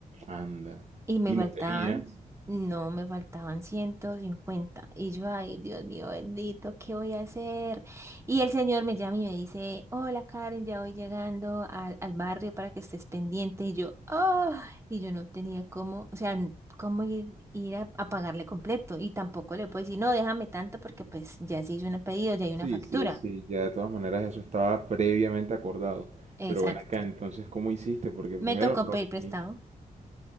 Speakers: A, on the right; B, on the right.
A: Anda.
B: Y me
A: ¿Y
B: faltaban,
A: no tenías?
B: no, me faltaban ciento cincuenta Y yo, ay, Dios mío, bendito, ¿qué voy a hacer? Y el señor me llama y me dice, hola Karen, ya voy llegando al, al barrio para que estés pendiente. Y yo, oh, y yo no tenía cómo, o sea, n- cómo ir, ir a, a pagarle completo. Y tampoco le puedo decir, no, déjame tanto porque pues ya se hizo un pedido, ya hay una
A: Sí,
B: factura.
A: sí, sí, ya de todas maneras eso estaba previamente acordado. Pero
B: Exacto.
A: ven acá, entonces, ¿cómo hiciste? Porque primero
B: Me tocó
A: no
B: pedir
A: lo
B: prestado.
A: tenía.